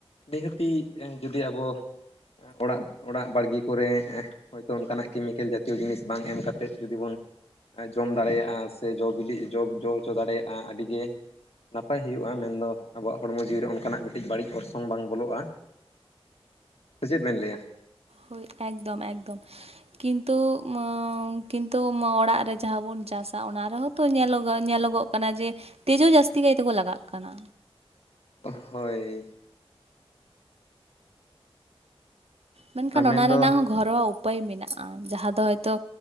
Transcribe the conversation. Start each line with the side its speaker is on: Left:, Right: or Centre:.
Left: ᱱᱤᱦᱟᱹᱛᱤ ᱡᱩᱫᱤ ᱟᱵᱚᱼᱼ ᱚᱲᱟᱜ ᱚᱲᱟᱜ ᱵᱟᱲᱜᱮ ᱠᱚᱨᱮᱼᱼ ᱦᱳᱭᱛᱳ ᱚᱱᱠᱟᱱᱟᱜ ᱠᱮᱢᱤᱠᱮᱞ ᱡᱟᱛᱤᱭᱚ ᱡᱤᱱᱤᱥ ᱵᱟᱝ ᱮᱢ ᱠᱟᱛᱮ ᱡᱩᱫᱤ ᱵᱚᱱᱼᱼ ᱡᱚᱢ ᱫᱟᱲᱮᱭᱟᱜᱼᱟ ᱥᱮ ᱡᱚᱼ ᱵᱤᱞᱤ ᱡᱚ ᱡᱚ ᱦᱚᱪᱚ ᱫᱟᱲᱮᱭᱟᱜᱼᱟ ᱟᱹᱰᱤᱜᱮᱼᱼ ᱱᱟᱯᱟᱭ ᱦᱩᱭᱩᱜᱼᱟ ᱢᱮᱱᱫᱚ ᱟᱵᱚᱣᱟᱜ ᱦᱚᱲᱢᱚ ᱡᱤᱣᱤ ᱨᱮ ᱚᱱᱠᱟᱼᱼ ᱚᱱᱠᱟᱱᱟᱜ ᱢᱤᱫᱴᱤᱡ ᱵᱟᱹᱲᱤᱡ ᱚᱨᱥᱚᱝ ᱵᱟᱝ ᱵᱚᱞᱚᱜᱼᱟ ᱥᱮ ᱪᱮᱫ ᱵᱮᱱ ᱞᱟᱹᱭᱟ᱾
Right: ᱦᱳᱭ ᱮᱠᱫᱚᱢ ᱮᱠᱫᱚᱢ ᱠᱤᱱᱛᱩ ᱠᱤᱱᱛᱩ ᱢᱟ ᱠᱤᱱᱛᱩ ᱢᱟ ᱚᱲᱟᱜ ᱨᱮ ᱡᱟᱦᱟᱸ ᱵᱚᱱ ᱪᱟᱥᱟ ᱚᱱᱟ ᱨᱮᱦᱚᱸᱼᱼ ᱛᱳ ᱧᱮᱞᱚᱜᱟ ᱧᱮᱞᱚᱜᱚᱜ ᱠᱟᱱᱟ ᱡᱮ ᱛᱮᱡᱳ ᱡᱟᱹᱥᱛᱤ ᱠᱟᱭ ᱛᱮᱠᱚ ᱞᱟᱜᱟᱜ ᱠᱟᱱᱟ᱾
Left: ᱦᱳᱭ᱾
Right: ᱢᱮᱱᱠᱷᱟᱱ
Left: ᱟᱨ ᱢᱮᱱᱫᱚ
Right: ᱚᱱᱟ ᱨᱮᱱᱟᱜ ᱦᱚᱸ ᱜᱚᱨᱳᱣᱟ ᱩᱯᱟᱹᱭ ᱢᱮᱱᱟᱜᱼᱟ ᱡᱟᱦᱟᱸ ᱫᱚ ᱦᱚᱭᱛᱳᱼᱼ